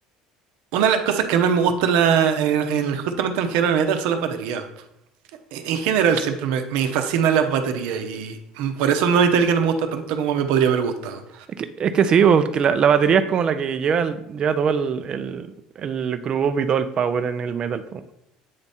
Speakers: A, on the right (about 75°); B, on the right (about 40°).
A: una de las cosas que más me gusta en la- en- en- justamente en el género de metal son las baterías. En general siempre me, me fascinan las baterías y mm, por eso No Metallica no me gusta tanto como me podría haber gustado.
B: Es que, es que sí, porque la, la batería es como la que lleva, el- lleva todo el, el, el groove y todo el power en el metal. po.